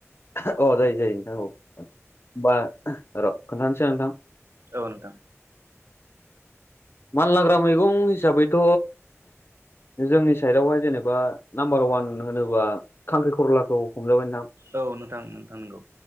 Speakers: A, on the left; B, on the right.
A: अ जायो जायो नोंथां औ होमबा र' खोन्थानोसै आं नोंथां <inaudible>
B: औ नोंथां
A: मान लाग्रा मैगं हिसाबैथ' जोंनि साइडआवहाय जेनेबा नाम्बार अवान होनोबा खांख्रिखर'लाखौ हमजाबाय नोंथां
B: औ नोंथां नोंथां नंगौ